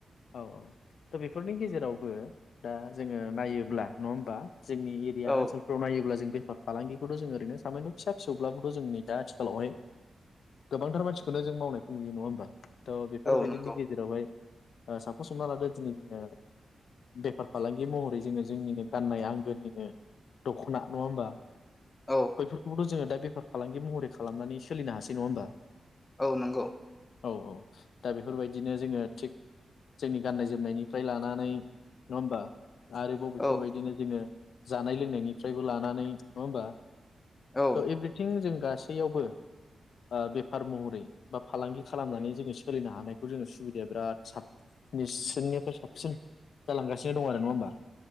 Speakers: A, on the left; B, on the left.
A: औ-औ थ बेफोरनि गेजेरावबो दा जोङो नायोब्ला नङा होमबा जोंनि एरिया
B: औ
A: ओनसोलफ्राव नायोब जों बेफार फालांगिखौथ' जों ओरैनो सामान्य' फिसा फिसौब्लाबोथ' जोंनि दा आथिखालावहाय गोबांथार मानसिखौनो जों मावनायखौ नुयो नङा होमबा त बेफोरबायदिनि
B: औ नंगौ
A: गेजेरावहाय साफस हमना लादो दिनै जोङो बेफार फालांगि महरै जोङो जोंनिनो गाननाय आं गोनिनो दख'ना नङा होमबा
B: औ
A: बैफोरखौबोथ' जोङो दा बेफार फालांगि महरै खालामनानै सोलिनो हासै नङा होमबा
B: औ नंगौ
A: औ-औ दा बेफोरबायदिनो जोङो थिग जोंनि गाननाय जोमनायनिफ्राय लानानै नङा होमबा आरोबाव बेफोरबायदिनो
B: औ
A: जोङो जानाय लोंनायनिफ्रायबो लानानै नङा होमबा
B: औ
A: त' एभ्रिथिं जों गासैयावबो ओ बेफार महरै बा फालांगि खालामनानै जोङो सोलिनो हानायखौ जोङो सुबिदाया बिराद साबनिसिननिफ्राय साबसिन जालांगासिनो दं आरो नङा होमबा